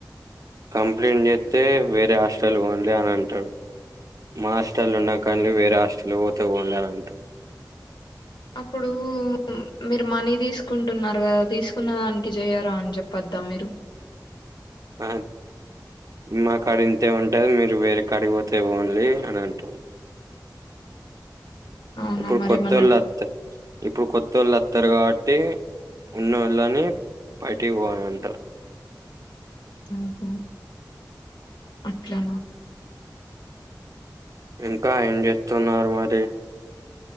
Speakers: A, on the right; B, on the left.
A: కంప్లీంట్ చేస్తే వేరే హాస్టల్ కి పోన్లే అని అంటాడు. మా హస్టర్లు ఉన్నా కండి. వేరే హస్టల్లోకి పోతే పోనలే అంటాడు.
B: అప్పుడు మీరు మనీ తీసుకుంటున్నారు కదా తీసుకున్న దానికి చేయరాా అని చెప్పొద్దా మీరు
A: ఆ మా కాడ ఇంతే ఉంటది మీరు వేరే కాడికి పోతే పోన్లీ అని అంటాారు.
B: అవునా
A: ఇప్పుడు
B: మరేమన్నా
A: కొత్త వాళ్ళు వత్తే ఇప్పుడు కొత్త వాళ్ళు వస్తారు కాబట్టి. ఉన్న వాళ్ళనే బయటకి పోవ్వాల అంటారు.
B: ఆఓహో అట్లా
A: ఇంకా ఏం చేస్తున్నారు మరి.